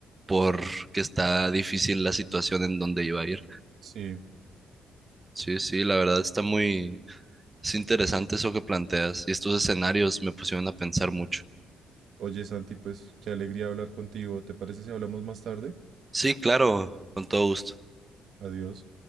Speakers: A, on the right (about 20°); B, on the right (about 65°).
A: por que está difícil la situación en donde iba a ir.
B: Sí.
A: Sí, sí, la verdad está muy es interesante eso que planteas y estos escenarios me pusieron a pensar mucho.
B: Oye, Santi, pues qué alegría hablar contigo. ¿Te parece si hablamos más tarde?
A: Sí, claro, con todo gusto.
B: Adiós.